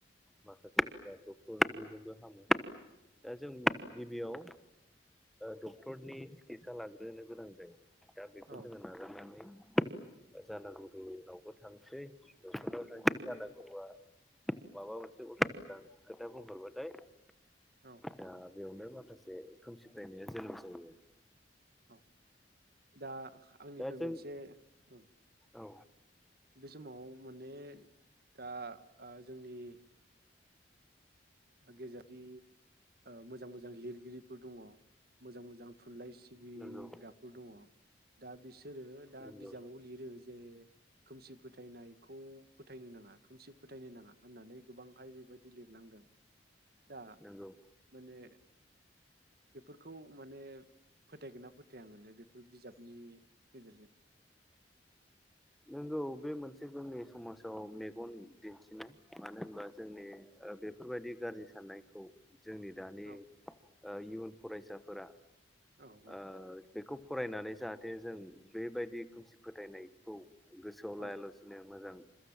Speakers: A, in the centre; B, on the right.
A: माखासेफ्रा डक्टरनिजोंबो हामो दा जों गिबियाव डक्टरनि सिकितसा लागोन होनो गोनां जायो। दा बेखौ
B: औ
A: जोङो नागारनानै, जानागुरुनावबो थांसै न'खराव थाइसे
B: उम
A: जानांगौआ माबा मोनसे उलथां फालथां खोथा बुंहरबाथाय
B: औ
A: ओ बेयावनो माखासे खोमसि फोथायनाया जोनोम जायो।
B: औ दा आंनिफ्राय
A: दा जों
B: मोनसे औ
A: औ
B: बे समाव माने दा ओ जोंनि गेजेरनि ओ मोजां मोजां लिरगिरिफोर दङ, मोजां मोजां थुनलाइ सिबिग्राफोर
A: नंगौ
B: दङ दा बिसोरो दा
A: नंगौ
B: बिजाबाव लिरो जे खोमसि, फोथायनायखौ फोथायनो नाङा खोमसि फोथायनो नाङा होननानै गोबांहाय बेबायदि लिरलांदों, दा
A: नंगौ
B: माने बेफोरखौ माने फोथायगोन ना फोथाया माने बेफोर बिजाबनि गेजेरजों,
A: नोंगौ बे मोनसे जोंनि समाजाव मेगन दिन्थिनाय मानो होनबा जोंनि बेफोरबायदि गाज्रि साननायखौ जोंनि दानि
B: औ
A: ओ इयुन, फरायसाफोरा
B: औ औ
A: ओ बेखौ फरायनानै जाहाथे जों बेबायदि खोमसि फोथायनाय औ गोसोआव
B: औ
A: लाया लासिनो मोजां